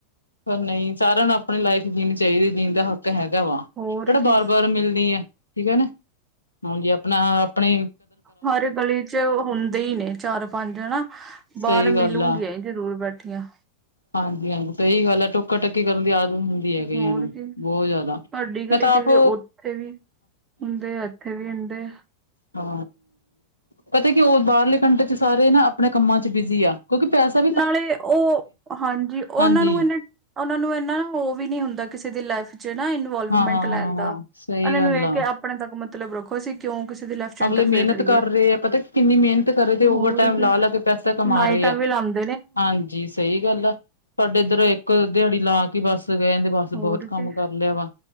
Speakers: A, on the left (about 85°); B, on the right (about 20°).
A: ਪਰ ਨਹੀਂ ਸਾਰਿਆਂ ਨੂੰ ਆਪਣੀ ਲਾਈਫ ਜੀਣੀ ਚਾਹੀਦੀ ਜੀਣ ਦਾ ਹੱਕ ਹੈਗਾ ਵਾ,
B: ਹੋਰ
A: ਕਿਹੜਾ
B: ਕੀ
A: ਵਾਰ ਬਾਰ ਮਿਲਣੀ ਆ। ਠੀਕ ਹੈ ਨਾ, ਹੁਣ ਜ਼ੇ ਆਪਣਾ ਆਪਣੇ
B: ਹਰ ਗਲੀ ਚ ਹੁੰਦੇ ਹੀ ਨੇ ਚਾਰ ਪੰਜ ਹਨਾ।
A: ਸਹੀ
B: ਬਾਹਰ ਮਿਲੂਗੀਆਂ
A: ਗੱਲ ਆ
B: ਹੀ ਜਰੂਰ ਬੈਠੀਆਂ।
A: ਹਾਂਜੀ -ਹਾਂਜੀ ਸਹੀ ਗੱਲ ਹੈ ਟੋਕਾ -ਟਾਕੀ ਕਰਨ ਦੀ ਆਦਤ। ਹੁੰਦੀ ਆ ਕਈਆ
B: ਹੋਰ
A: ਨੂੰ
B: ਕੀ
A: ਬਹੁਤ ਜ਼ਿਆਦਾ
B: ਤੁਹਾਡੀ ਗਲੀ
A: ਮੈਂ ਤਾ
B: ਚ
A: ਆਪ।
B: ਵੀ ਉੱਥੇ ਵੀ ਹੁੰਦੇ ਆ ਇੱਥੇ ਵੀ ਹੁੰਦੇ ਆ।
A: ਹਾ ਪਤਾ ਕਿ ਉਹ ਬਾਹਰਲੀ ਕੰਟਰੀ ਚ੍ਹ ਸਾਰੇ ਨਾ ਆਪਣੇ ਕੰਮਾਂ ਚ੍ਹ ਬਿਜੀ ਆ। ਕਿਉਕਿ ਪੈਸੇ।
B: ਨਾਲੇ ਉਹ ਹਾਂਜੀ ਉਹਨਾਂ
A: ਹਾਂਜੀ
B: ਨੂੰ ਇਹਨਾਂ। ਉਹਨਾਂ ਨੂੰ ਇਹਨਾ ਉਹ ਵੀ ਨਹੀਂ ਹੁੰਦਾ ਕਿਸੇ ਦੀ ਲਾਈਫ਼ ਚ ਨਾ ਇਨਵੋਲਵਮੈਂਟ
A: ਹਾਂ ਹਾਂ
B: ਲੈਣ ਦਾ।
A: ਹਾਂ ਸਹੀ ਗੱਲ ਆ।
B: ਕੇ ਆਪਣੇ ਤੱਕ ਮਤਲਬ ਰੱਖੋ। ਅਸੀਂ ਕਿਉ ਕਿਸੇ ਦੀ ਲਾਈਫ ਚ੍ਹ
A: ਅਗਲੇ
B: ਇੰਟਰਫੇਅਰ
A: ਮਿਹਨਤ
B: ਕਰੀਏ
A: ਕਰ ਰਹੇ ਆ ਪਤਾ ਕਿੰਨੀ ਮਿਹਨਤ ਕਰ ਰਹੇ ਤੇ ਓਵਰ
B: ਹੋਰ
A: ਟਾਈਮ
B: ਕੀ।
A: ਲਾ ਲਾ ਕੇ ਪੈਸਾ ਕਮਾ
B: ਲਾਈਟਾ
A: ਰਹੇ ਆ
B: ਵੀ ਲਾਂਦਾ।
A: ਹਾਂਜੀ ਸਹੀ ਗੱਲ ਆ ਸਾਡੇ ਇੱਧਰ ਇੱਕ ਦਿਹਾੜੀ ਲਾ ਕੇ ਬੱਸ ਕਹਿ ਦੇ ਬਸ। ਬਹੁਤ
B: ਹੋਰ
A: ਕੰਮ
B: ਕੀ
A: ਕਰ ਲਿਆ ਵਾ